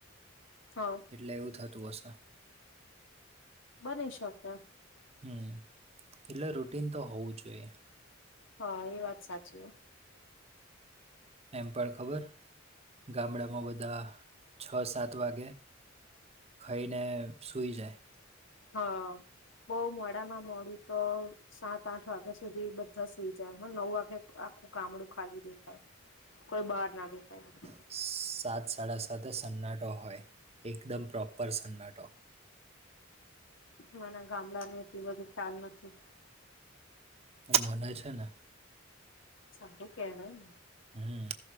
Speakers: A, on the left (about 65°); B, on the right (about 30°).
A: હા.
B: એટલે એવું થતું હશે.
A: બની શકે.
B: હમમ એટલે રૂટીન તો હોવું જોઈએ.
A: હા એ વાત સાચી હે.
B: એમ પણ ખબર ગામડામાં બધા છ, સાત વાગે ખઈને સુઈ જાય.
A: હા બો મોડામાં મોડું તો સાત, આઠ વાગ્યા સુધી બધા સુઈ જાય હા નવ વાગે આખું ગામડું ખાલી દેખાય. કોઈ બહાર ના દેખાય.
B: સ સ સાત સાડા સાતે સન્નાટો હોય એકદમ પ્રોપર સન્નાટો.
A: મને ગામડા નો એટલું બધું ખ્યાલ નથી.
B: મને છે ને
A: સારું કેવાય એમ.
B: હમમ.